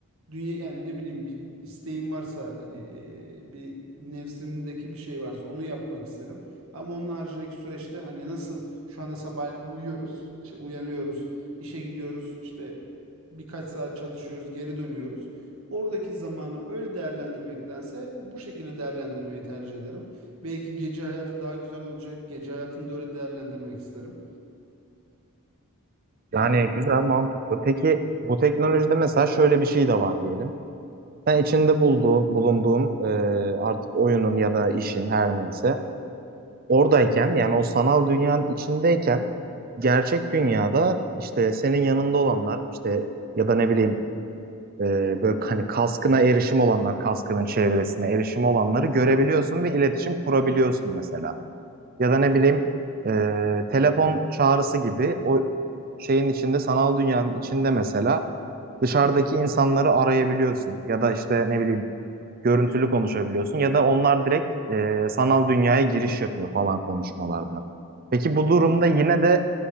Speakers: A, on the right (about 70°); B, on the right (about 40°).
A: Dünya yani ne bileyim bir isteğim varsa hani e, bir nefsimdeki bir şey varsa onu yapmak isterim. Ama onun haricindeki süreçte hani nasıl şu anda sabahleyin uyuyoruz, işte uyanıyoruz, işe gidiyoruz, işte birkaç saat çalışıyoruz, geri dönüyoruz. Oradaki zamanı öyle değerlendirmektense bu şekilde değerlendirmeyi tercih ederim. Belki gece hayatı daha güzel olacak. Gece hayatını da öyle değerlendirmek isterim. Yani
B: Yani güzel, mantıklı. Peki bu teknolojide mesela şöyle bir şey de var diyelim. Sen içinde bulduğun, bulunduğun e, artık oyunun ya da işin her neyse oradayken yani o sanal dünyanın içindeyken gerçek dünyada işte senin yanında olanlar işte ya da ne bileyim e, böyle hani kaskına erişim olanlar, kaskının çevresine erişim olanları görebiliyorsun ve iletişim kurabiliyorsun mesela. Ya da ne bileyim e, telefon çağrısı gibi o şeyin içinde sanal dünyanın içinde mesela dışarıdaki insanları arayabiliyorsun ya da işte ne bileyim görüntülü konuşabiliyorsun ya da onlar direkt e, sanal dünyaya giriş yapıyor falan konuşmalarda. Peki bu durumda yine de